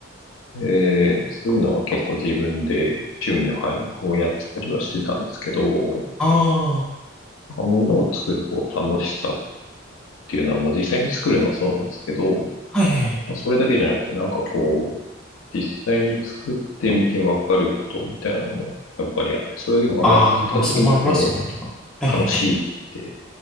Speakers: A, on the left; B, in the centre.
A: えーそういうのは結構自分で趣味の範囲にこうやってたりはしてたんですけど、も
B: ああ、は
A: のを作るこう楽しさっていうのは、まあ実際に作るのはそうなんですけど、
B: いはいはいはい。
A: まあそれだけじゃなくてなんかこう、実際に作ってみてわかることみたいなのもやっぱりあって、そういうのが分かった時にこ
B: ああ、まあ、それもありますよね、とか。はいはいはい
A: う、楽しいって